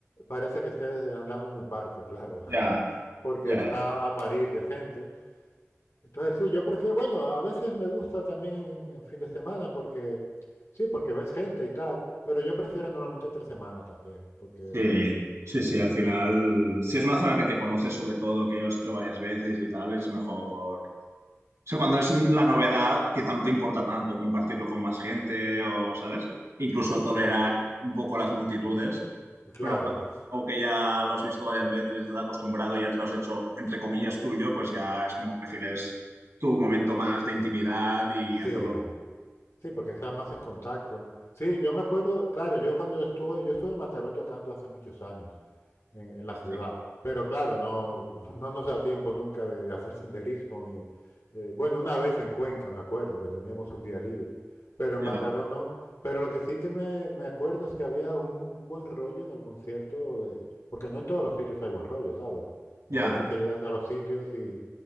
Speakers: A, on the left; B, on the right.
A: parece que estés andando en un parque, claro,
B: ya,
A: <laughs> porque
B: ya,
A: está
B: ya.
A: a parir de gente. Entonces sí, yo prefiero, bueno, a veces me gusta también en, en fin de semana porque, sí, porque ves gente y tal, pero yo prefiero normalmente entre semana también, porque,
B: Sí, sí, sí, al final,
A: bien,
B: si es una zona que te conoces sobre todo, que ya lo has hecho varias veces y tal, es mejor O sea, cuando es la novedad, quizá no te importa tanto compartirlo con más gente o, ¿sabes? Incluso tolerar
A: claro.
B: un poco las multitudes,
A: Claro,
B: pero cuando es algo que ya lo has visto varias veces y estás acostumbrado y ya te lo has hecho, entre comillas, tuyo, pues ya es como prefieres tu momento más de intimidad y
A: sí,
B: hacerlo
A: sí, porque estaba más en contacto. Sí, yo me acuerdo, claro, yo cuando estuve, yo estuve en Mataró tocando hace muchos años. en, en la
B: así.
A: ciudad. Pero claro, no, no no nos da tiempo nunca de, de hacer senderismo. Ni, eh, bueno, una vez en Cuenca, me acuerdo, que teníamos un día libre, pero
B: Ya,
A: en Mataró no. Pero lo que sí que me, me acuerdo es que había un, un buen rollo en el concierto, de, porque no en todos los sitios hay buen rollo, ¿sabes? Hay
B: ya,
A: veces que llegas a los sitios y,